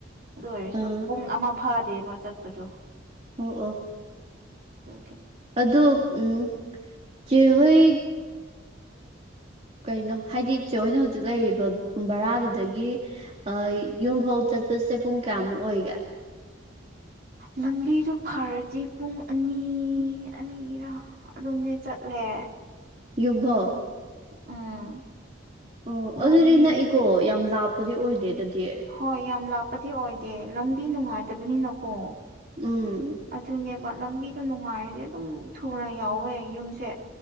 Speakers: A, on the right; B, on the right.
A: ꯑꯗꯨ ꯑꯣꯏꯔꯁꯨ
B: ꯑꯥ
A: ꯄꯨꯡ ꯑꯃ ꯐꯥꯗꯦꯕ ꯆꯠꯄꯗꯨꯣ
B: ꯑꯣ ꯑꯣ
A: ꯑꯗꯨꯒꯤ
B: ꯑꯣ ꯎꯝ ꯆꯦꯍꯣꯏ ꯀꯩꯅꯣ ꯍꯥꯏꯗꯤ ꯏꯆꯦ ꯑꯩꯈꯣꯏꯅ ꯍꯧꯖꯤꯛ ꯂꯩꯔꯤꯕ ꯕꯔꯥꯗꯨꯗꯒꯤ ꯑ ꯌꯨꯝ ꯐꯥꯎ ꯆꯠꯀꯁꯦ ꯄꯨꯡ ꯀꯌꯥꯃꯨꯛ ꯑꯣꯏꯒꯦ
A: ꯂꯝꯕꯤꯗꯨ ꯐꯔꯗꯤ ꯄꯨꯡ ꯑꯅꯤ ꯑꯅꯤꯔꯥ ꯑꯗꯨꯝꯗꯤ ꯆꯠꯂꯦ
B: ꯌꯨꯝꯐꯥꯎ
A: ꯎꯝ
B: ꯑꯣ
A: ꯄꯨꯡ
B: ꯑꯗꯨꯗꯤ
A: ꯑꯅꯤ
B: ꯅꯛꯏꯀꯣ ꯌꯥꯝ ꯂꯥꯞꯄꯗꯤ ꯑꯣꯏꯗꯦ ꯑꯗꯨꯗꯤ
A: ꯍꯣꯏ ꯌꯥꯝ ꯂꯥꯞꯄꯗꯤ ꯑꯣꯏꯗꯦ ꯂꯝꯕꯤ ꯅꯨꯡꯉꯥꯏꯇꯕꯅꯤꯅꯀꯣ
B: ꯎꯝ
A: ꯑꯗꯨꯅꯦꯕ ꯂꯝꯕꯤꯗꯣ ꯅꯨꯡꯉꯥꯏꯔꯗꯤ ꯑꯗꯨꯝ ꯊꯨꯅ ꯌꯧꯋꯦ ꯌꯨꯝꯁꯦ